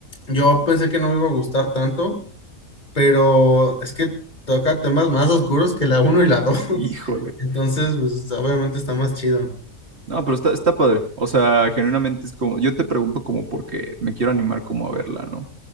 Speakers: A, on the left; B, on the right.
A: yo pensé que no me iba a gustar tanto, pero es que toca temas más oscuros que la uno y la dos <laughs>
B: Híjole.
A: Entonces, pues obviamente está más chido.
B: No, pero está, está padre. O sea, genuinamente es como, yo te pregunto como porque me quiero animar como a verla, ¿no?